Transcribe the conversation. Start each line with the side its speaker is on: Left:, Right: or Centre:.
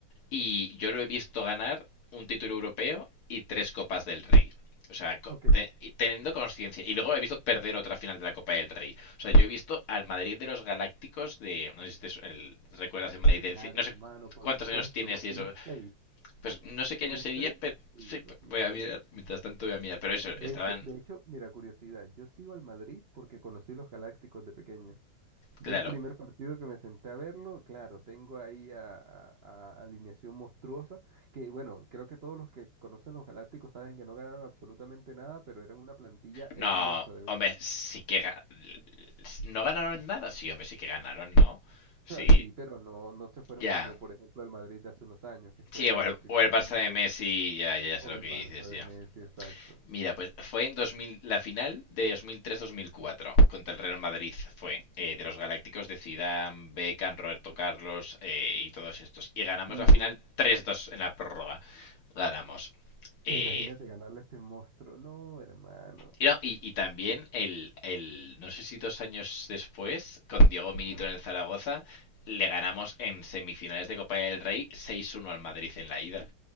Left: Y yo lo he visto ganar un título europeo y tres copas del Rey. O sea,
Right: Ok.
Left: teniendo conciencia. Y luego he visto perder otra final de la Copa del Rey. O sea, yo he visto al Madrid de los Galácticos de... No sé si te el- recuerdas el Madrid
Right: Claro,
Left: de... No sé
Right: hermano, por
Left: cuántos
Right: supuesto,
Left: años tienes
Right: 2006.
Left: y eso. Pues no sé
Right: 2006
Left: qué año sería, pero
Right: y
Left: sí,
Right: 2000.
Left: voy a mirar. Mientras tanto voy a mirar. Pero eso,
Right: De
Left: estaban.
Right: hecho, de hecho, mira, curiosidad, yo sigo al Madrid porque conocí los Galácticos de pequeño. Yo
Left: Claro.
Right: el primer partido que me senté a verlo, claro, tengo ahí a, a- a alineación monstruosa, que bueno, creo que todos los que conocen los Galácticos saben que no ganaron absolutamente nada, pero eran una plantilla
Left: No,
Right: hermosa de ver.
Left: hombre,
Right: O
Left: sí que. ga- No ganaron nada. Sí, hombre, sí que ganaron, ¿no? Sí,
Right: sea, sí, pero no, no se fueron
Left: ya.
Right: como, por ejemplo, el Madrid de hace unos años, que fue
Left: Sí, o el,
Right: triplete,
Left: o el Barça de Messi, ya, ya, ya sé
Right: o
Left: lo
Right: el
Left: que dices,
Right: Barça
Left: ya.
Right: de Messi, exacto.
Left: Mira, pues fue en 2000, la final de 2003-2004 contra el Real Madrid fue eh, de los Galácticos de Zidane, Beckham, Roberto Carlos eh, y todos estos. Y ganamos
Right: Digo,
Left: la final 3-2 en la prórroga. Ganamos. Eh,
Right: imagínate ganarle a ese monstruo, no, hermano.
Left: y, no, y- y también el, el- no sé si dos años después, con Diego Milito en el Zaragoza, le ganamos en semifinales de Copa del Rey 6-1 al Madrid en la ida.